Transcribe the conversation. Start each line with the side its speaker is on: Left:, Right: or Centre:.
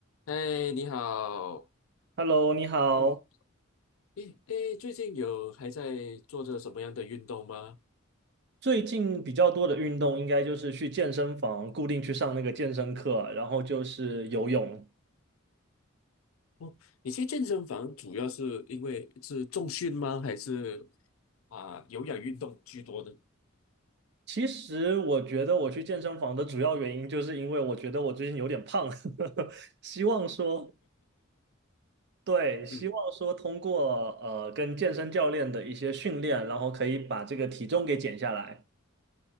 Left: 嗨，你好。
Right: Hello，你好。
Left: 嗯，诶诶，最近有还在做着什么样的运动吗？
Right: 最近比较多的运动应该就是去健身房固定去上那个健身课，然后就是游泳。
Left: <laughs> 你去健身房主要是因为是重训吗？还是啊、有氧运动居多呢？
Right: 其实我觉得我去健身房的主要原因，就是因为我觉得我最近有点胖，<laughs> 希望说，对，希望说通过呃跟健身教练的一些训练，
Left: 嗯
Right: 然后可以把这个体重给减下来。